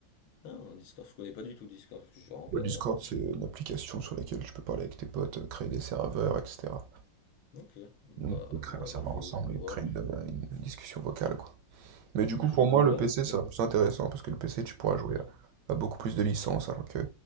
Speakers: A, on the left; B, on the right.
A: Ah, un Discord, je connais pas du tout Discord, parce que je suis vraiment pas.
B: Ouais,
A: euh,
B: Discord, c'est une application sur laquelle tu peux parler avec tes potes, euh, créer des serveurs, etc.
A: Ok. Bah,
B: Donc, on peut créer
A: ouais,
B: un serveur
A: bah, faut
B: ensemble
A: que je vois.
B: et créer une, euh, une discussion vocale, quoi. Mais
A: Faut
B: du coup,
A: que
B: pour
A: je vois.
B: moi, le PC,
A: parce que
B: ça
A: là-
B: va plus intéressant, parce que le PC, tu pourras
A: ouais.
B: jouer à, à beaucoup plus de licences, alors que